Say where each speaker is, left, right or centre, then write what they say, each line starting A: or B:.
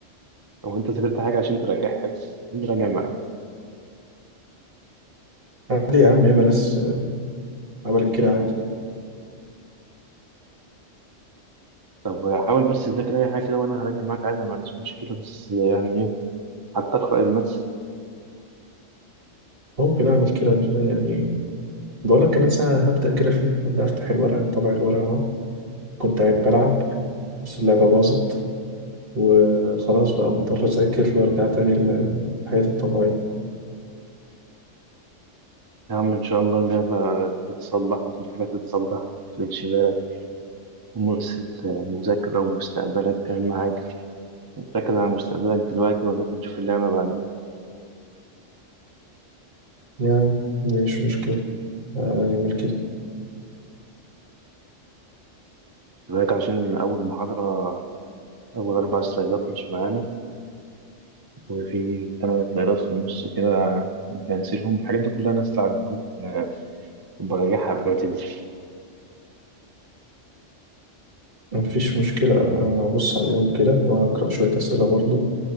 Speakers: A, on the right; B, on the right.
A: طب وأنت ذاكرت حاجة عشان تراجع حفظ أنت راجع معايا
B: عادي يا عم ياما ناس آه، عملت كده عادي
A: طب حاول بس تذاكر أي حاجة كده وأنا هراجع معاك عادي ما عنديش مشكلة بس يعني إيه حتى أقرأ المادة
B: ممكن أعمل كده يعني بقول لك كمان ساعة هبدأ كده فيها هبدأ أفتح الورق أنا طبع الورق أهو كنت قاعد بلعب بس اللعبة باظت وخلاص بقى مضطر أذاكر وأرجع تاني ل- لحياتي الطبيعية
A: يا عم إن شاء الله اللعبة تتصلح وفي الحاجات تتصلح تمشي بالك ومؤسس المذاكرة ومستقبلك أهم حاجة ركز على مستقبلك دلوقتي وبعدين نشوف اللعبة بعدين
B: يعني مش مشكلة آه، هنعمل كده
A: دلوقتي عشان أول محاضرة أول أربع سلايدات مش معانا وفي تمن سلايدات في النص كده بنسيلهم الحاجات دي كلها نازلة على الجروب آه، وبراجعها قبل ما تنزل
B: مفيش مشكلة آه، أبص عليهم كده وهقرأ شوية أسئلة برضه